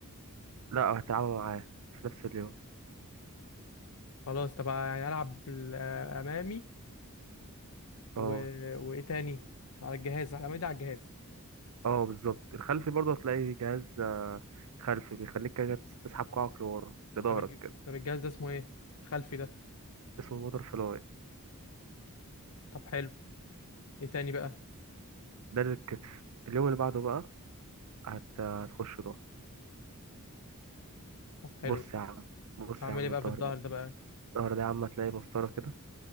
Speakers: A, on the right; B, on the left.
A: لا هتلعبها معاه في نفس اليوم
B: خلاص طب يعني العب ال- امامي و...
A: اه
B: وايه تاني على الجهاز على الامامي ده على الجهاز
A: اه بالظبط الخلفي برضه هتلاقي جهاز آه، خلفي بيخليك كده تسحب كوعك لورا لظهرك
B: طب الج...
A: كده
B: طب الجهاز ده اسمه ايه خلفي ده
A: اسمه موتور فلاي
B: طب حلو ايه تاني بقى
A: ده للكتف اليوم اللي بعده بقى هت... هتخش ظهر
B: طب حلو
A: بص يا عم بص
B: اعمل
A: يا عم
B: ايه بقى
A: الظهر
B: في الظهر
A: بقى
B: ده بقى
A: الظهر ده يا عم هتلاقي مسطرة كده